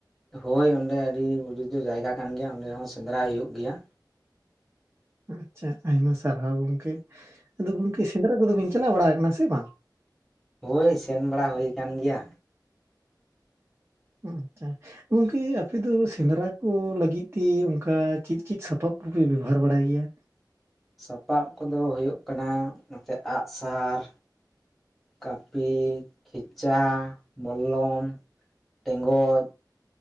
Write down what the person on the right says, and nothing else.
ᱟᱪᱪᱷᱟ ᱟᱭᱢᱟ ᱥᱟᱨᱦᱟᱣ ᱜᱚᱝᱠᱮ ᱟᱫᱚ ᱜᱚᱝᱠᱮ ᱥᱮᱸᱫᱽᱨᱟ ᱠᱚᱫᱚ ᱵᱤᱱ ᱪᱟᱞᱟᱣ ᱵᱟᱲᱟ ᱟᱠᱟᱱᱟ ᱥᱮ ᱵᱟᱝ?
ᱟᱪᱪᱷᱟ ᱜᱚᱝᱠᱮ ᱟᱯᱮ ᱫᱚ ᱥᱮᱸᱫᱽᱨᱟ ᱠᱚ ᱞᱟᱹᱜᱤᱫ ᱛᱮ ᱚᱱᱠᱟ ᱪᱮᱫ ᱪᱮᱫ ᱥᱟᱯᱟᱵᱽ ᱠᱚᱯᱮ ᱵᱮᱵᱚᱦᱟᱨ ᱵᱟᱲᱟᱭ ᱜᱮᱭᱟ?